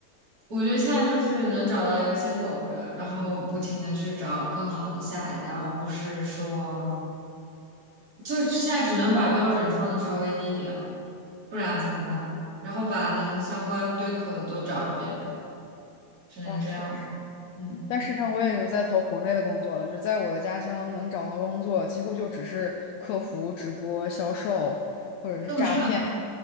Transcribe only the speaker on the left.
哇，确
但事实上，我也有在投国内的工作了，就是在我的家乡能找到工作，几乎就只是客服、直播、销售，或者是诈骗，